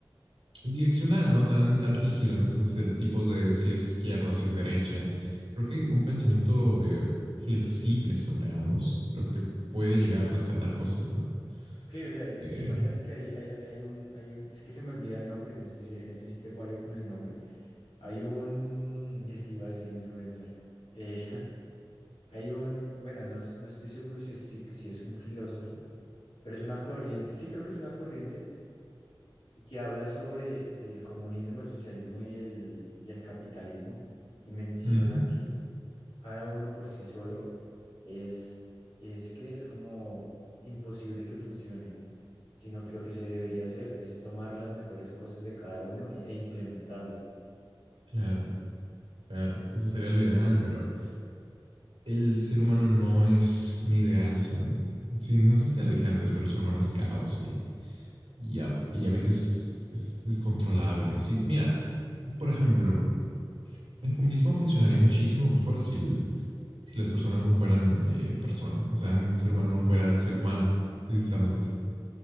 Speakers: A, on the right (about 85°); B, on the left (about 75°).
A: direccional, ¿no? Tan, tan rígido en estos eh, tipos de si es izquierda o si es derecha. Creo que un pensamiento eh, flexible sobre ambos, creo que puede llegar a rescatar cosas, ¿no?
B: que, o sea, es-
A: Eh,
B: imagínate que hay, hay, hay un, hay un, es que se me olvida el nombre, en este, si- en este sitio fallo con el nombre, hay un, es que iba a decir influencer, eh, <laughs> hay un, bueno, no, no estoy seguro si es, si si es un filósofo, pero es una corriente, sí, creo que es una corriente que habla sobre el comunismo, el socialismo y el, y el capitalismo, y menciona
A: Ujú,
B: que cada uno por sí solo es, es que es como imposible que funcione, sino que lo que se debería hacer es tomar las mejores cosas de cada uno y- e implementarlo.
A: Claro, claro, eso sería lo ideal, pero... El ser humano no es un ideal. so- sí, no sé si te lo dije antes, pero el ser humano es caos y, y, a, y a veces es descontrolable. Sí, mira, por ejemplo, el comunismo funcionaría muchísimo mejor si, el- si las personas no fueran eh, personas, o sea, el ser humano no fuera el ser humano, precisamente.